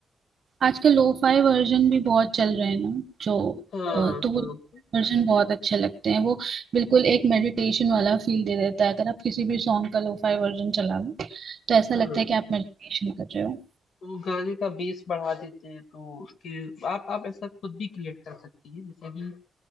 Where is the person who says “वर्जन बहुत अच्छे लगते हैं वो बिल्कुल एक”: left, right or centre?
Right